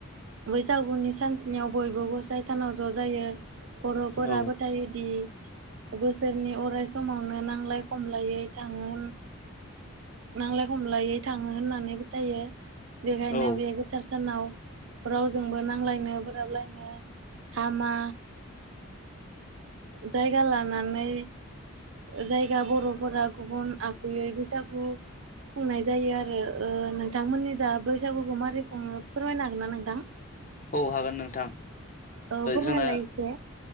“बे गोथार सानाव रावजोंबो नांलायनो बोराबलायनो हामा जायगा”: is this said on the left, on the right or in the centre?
Right